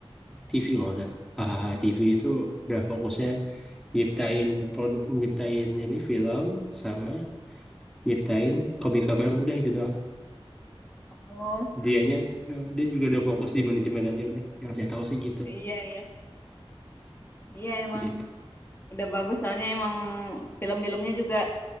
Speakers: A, in the centre; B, on the left.
A: TV kalau nggak salah hahaha TV itu udah fokusnya nyiptain produk nyiptain ini film sama nyiptain komika baru udah itu doang
B: Oh,
A: dianya eh, dia juga udah fokus di manajemen aja udah yang saya tahu sih gitu
B: iya iya. Iya emang
A: gitu
B: Udah bagus soalnya emang film-filmnya juga